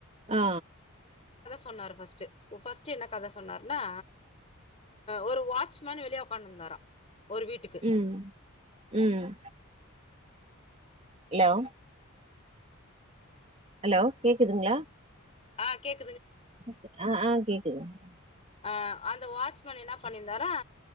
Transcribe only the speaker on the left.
சொன்னாரு பர்ஸ்ட் பர்ஸ்ட் என்ன கதை சொன்னார்னா ஒரு வாட்ச்மேன் வெளிய உக்காண்டுந்தாரா ஒரு வீட்டுக்கு
ஆ கேக்
ஆ அந்த வாட்ச்மேன் என்ன பண்ணிருந்தார் ஆ